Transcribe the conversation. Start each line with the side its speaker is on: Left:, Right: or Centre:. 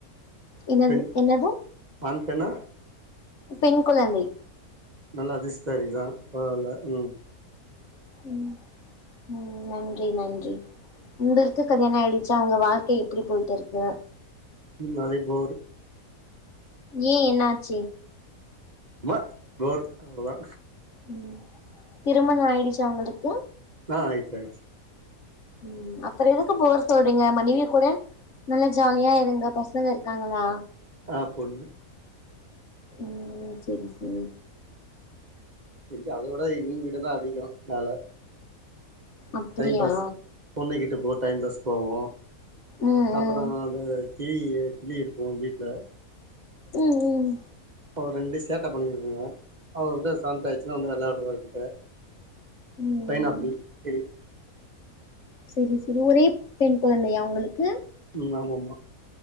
Left: என்னது
Right: பெண்
Left: என்னது
Right: ஆண் பெண்ணா
Left: பெண் குழந்தை
Right: நல்லா அதிர்ஷ்டதாரிதா பரவால்ல ம்
Left: ம் ம் நன்றி நன்றி
Right: ம்
Left: உங்களுக்கு கல்யாண ஆயிடு ச்சா உங்க வாழ்க்க எப்டி போயிட்ருக்கு
Right: ம் அதே போரு
Left: ஏ என்னாச்சு
Right: ம்மா போர் அவ்ளதா
Left: ம் திருமணோ ஆயிடுச்சா உங்களுக்கு
Right: ஆ ஆயிடுச்சு ஆயிடுச்சு
Left: ம் அப்புற எதுக்கு போரு சொல்றீங்க மனைவி கூட நல்லா ஜாலியா இருங்க பசங்க இருக்காங்களா
Right: ஆ பொண்ணு
Left: ம் செரி செரி
Right: எங்க அத உட இவுங்ககிட்ட தா அதிகம் மேல
Left: அப்டியா
Right: டைம் பாஸ் பொண்ணுக்கிட்ட போ டைம் பாஸ் போவு
Left: ம்
Right: அப்பறம்
Left: ம்
Right: அந்த கியி கிளி இருக்கு வீட்ல
Left: ம் ம்
Right: ஒரு ரெண்டு சேட்ட பண்ணிக்கிட்ருங்க அவுங்கிட்ட சண்டாச்சுன்னா வந்து வெளாடுவா எங்கிட்ட
Left: ம்
Right: பைனாப்பிள் கிளி
Left: செரி செரி ஒரே பெண் குழந்தையா உங்களுக்கு
Right: ம் ஆமா மா